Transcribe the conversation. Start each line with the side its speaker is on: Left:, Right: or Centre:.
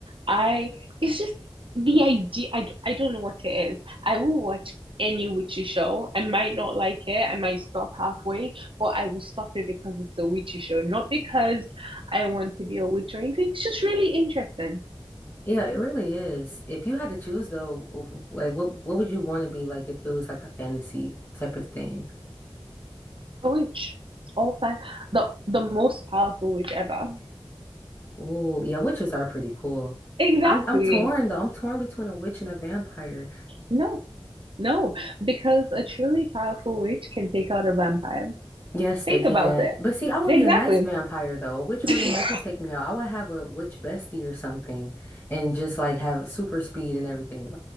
Right: I it's just the idea. I, I don't know what it is. I will watch any witchy show. I might not like it. I might stop halfway, but I will stop it because it's a witchy show, not because I want to be a witch or anything. It's just really interesting.
Left: Yeah, it really is. If you had to choose though, wh- like what what would you want to be like if it was like a fantasy type of thing?
Right: A witch, all fan, the the most powerful witch ever.
Left: Oh, yeah, witches are pretty cool.
Right: Exactly.
Left: I'm I'm torn though. I'm torn between a witch and a vampire.
Right: No, no, because a truly powerful witch can take out a vampire.
Left: Yes,
Right: Think
Left: they can.
Right: about it.
Left: But see, I would
Right: Exactly.
Left: be a nice vampire though. A witch
Right: <laughs>
Left: wouldn't have to take me out. I would have a witch bestie or something and just like have super speed and everything.